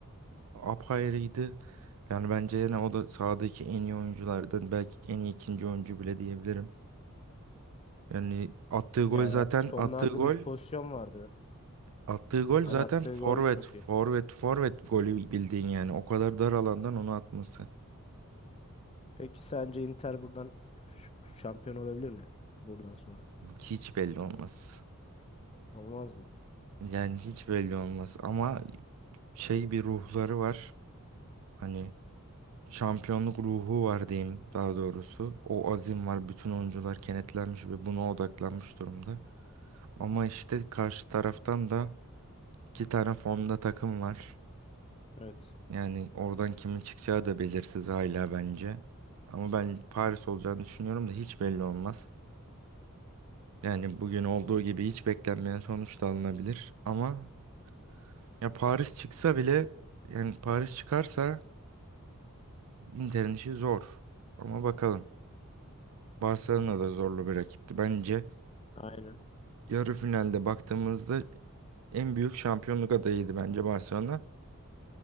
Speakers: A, on the right; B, on the left.
A: apayrıydı. Yani bence yine o da sahadaki en iyi oyunculardan belki en iyi ikinci oyuncu bile diyebilirim. Yani attığı gol
B: Ya
A: zaten
B: sonlarda
A: attığı gol
B: bir pozisyon vardı.
A: attığı gol
B: Hani
A: zaten
B: attığı
A: forvet
B: gol çok
A: forvet
B: iyi.
A: forvet golü bildiğin yani o kadar dar alandan onu atması
B: Peki sence Inter buradan ş- şampiyon olabilir mi? Buradan sonra.
A: hiç belli olmaz.
B: Olmaz mı?
A: Yani hiç belli olmaz ama şey bir ruhları var. Hani şampiyonluk ruhu var diyeyim daha doğrusu. O azim var bütün oyuncular kenetlenmiş ve buna odaklanmış durumda. Ama işte karşı taraftan da iki tane formda takım var.
B: Evet.
A: Yani oradan kimin çıkacağı da belirsiz hala bence. Ama ben Paris olacağını düşünüyorum da hiç belli olmaz. Yani bugün olduğu gibi hiç beklenmeyen sonuç da alınabilir. Ama ya Paris çıksa bile yani Paris çıkarsa Inter'in işi zor. Ama bakalım. Barcelona da zorlu bir rakipti. Bence
B: Aynen.
A: yarı finalde baktığımızda en büyük şampiyonluk adayıydı bence Barcelona.